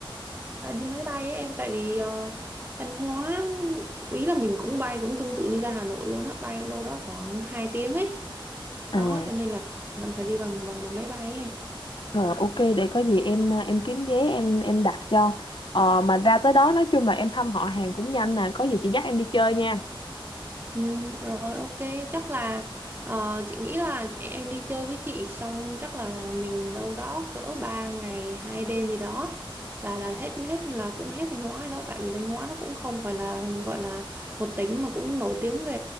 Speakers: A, on the right; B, on the left.
A: À, đi máy bay ấy em tại vì ờ, Thanh Hóa ý là mình cũng bay cũng tương tự như ra Hà Nội luôn á, bay đâu đó khoảng 2 tiếng ấy.
B: À.
A: Đó cho nên là vẫn phải đi bằng bằng bằng máy bay ấy em.
B: Rồi ok để có gì em à, em kiếm vé em em đặt cho ờ, mà ra tới đó nói chung là em thăm họ hàng cũng nhanh nè có gì chị dắt em đi chơi nha
A: Ừ, rồi ok chắc là ờ, chị nghĩ là em đi chơi với chị xong chắc là mình đâu đó cỡ 3 ngày hai đêm gì đó là là hết hết là cũng hết Thanh Hóa rồi đó tại vì Thanh Hóa nó cũng không phải là gọi là một tỉnh mà cũng nổi tiếng về